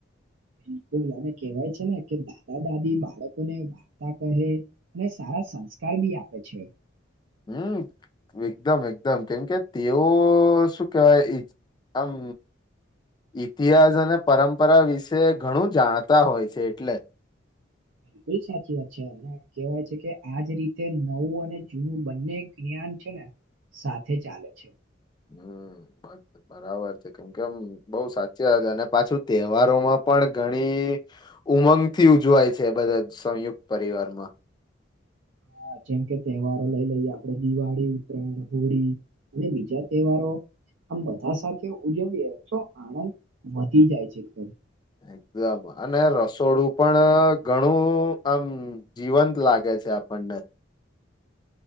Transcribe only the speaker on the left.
હમ એકદમ એકદમ કેમ કે તેઓ શું કેવાય એ આમ ઇતિહાસ અને પરંપરા વિશે ઘણું જાણતા હોય છે એટલે
હમ બસ બરાબર છે કેમ કે આમ બઉ સાચી વાત અને પાછું તહેવારોમાં પણ ઘણી ઉમંગથી ઉજવાય છે બધા સંયુક્ત પરિવારમાં
એકદમ અને રસોડું પણ ઘણું આમ જીવંત લાગે છે આપણને